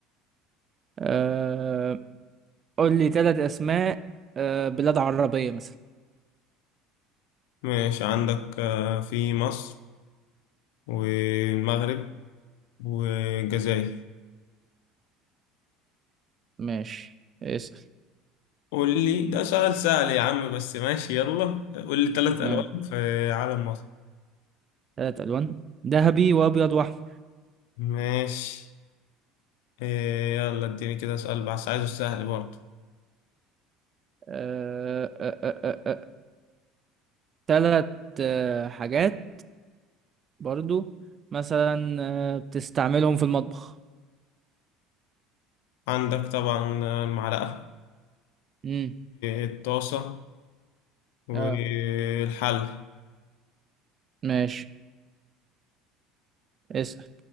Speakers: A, on the right (about 35°); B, on the left (about 80°).
A: أه... قول لي ثلاث اسماء أه... بلاد عربية مثلا
B: ماشي عندك آه، في مصر والمغرب والجزائر
A: ماشي اسأل
B: قول لي ده سؤال سهل يا عم بس ماشي يلا قول لي ثلاث
A: ماشي
B: ألوان في علم مصر
A: ثلاث الوان ذهبي وابيض واحمر
B: ماشي آه، يلا اديني كده سؤال بس عايزه سهل برضه
A: أه... أه... أه... أه... آه، ثلاث أه... حاجات برضو مثلا أه... بتستعملهم في المطبخ
B: عندك طبعا آه، المعلقة
A: امم
B: الطاسة والحل
A: اه ماشي اسأل